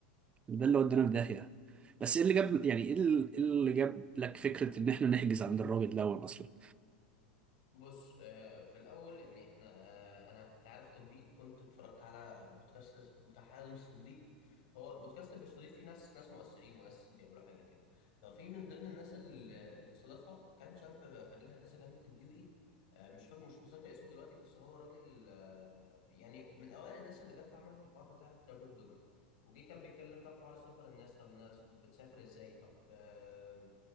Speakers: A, on the right (about 25°); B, on the left (about 55°).
A: ده اللي ودانا في داهيه بس ايه اللي جاب يعني ايه ال- إيه اللي جاب لك فكره ان احنا نحجز عند الراجل دون اصلا
B: بص آه، في الاول يعني احنا آه، انا كنت عارف تطبيق كنت اتفرجت على بودكاست بتاع حازم الصديق هو بودكاست بيستضيف فيه ناس ناس مؤثرين وناس بيعملوا حاجات كده ففي من ضمن الناس اللي اللي استضافها كان شاب خريج هندسه جامعه البيو اي آه، مش فاكر مش متذكر اسمه دلوقتي بس هو راجل آه، يعني من اوائل الناس اللي جت عملت الحوار بتاع الترافل بلوجر وجي كان بيتكلم طب حوار سفر الناس طب الناس بتسافر ازاي طب آه،